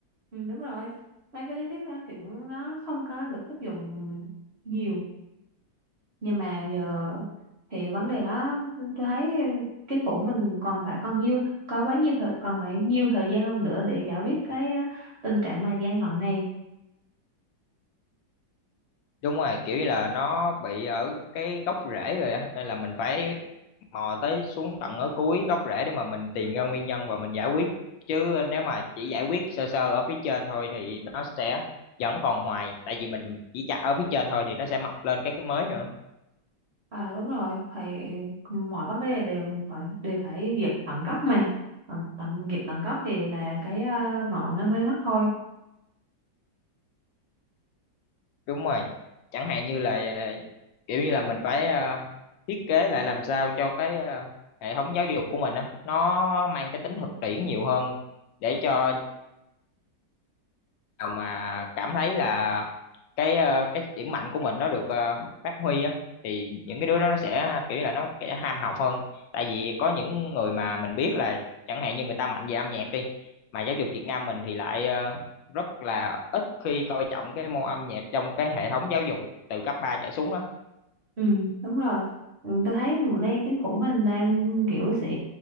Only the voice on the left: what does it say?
đúng rồi kiểu như là nó bị ở cái gốc rễ rồi á nên là mình phải mò tới xuống tận ở cuối gốc rễ để mà mình tìm ra nguyên nhân và mình giải quyết chứ nếu mà chỉ giải quyết sơ sơ ở phía trên thôi thì nó sẽ vẫn còn hoài tại vì mình chỉ chặt ở phía trên thôi thì nó sẽ mọc lên cái cái mới nữa
đúng rồi chẳng hạn như là ờ, kiểu như là mình phải ờ, thiết kế lại làm sao cho cái ờ, hệ thống giáo dục của mình á nó mang cái tính thực tiễn nhiều hơn để cho nào mà cảm thấy là cái ờ, cái điểm mạnh của mình nó được ờ, phát huy á thì những cái đứa đó nó sẽ kiểu như là nó sẽ ham học hơn tại vì có những người mà mình biết là chẳng hạn như người ta mạnh về âm nhạc đi mà giáo dục Việt Nam mình thì lại ờ, rất là ít khi coi trọng cái môn âm nhạc trong cái hệ thống giáo dục từ cấp 3 trở xuống á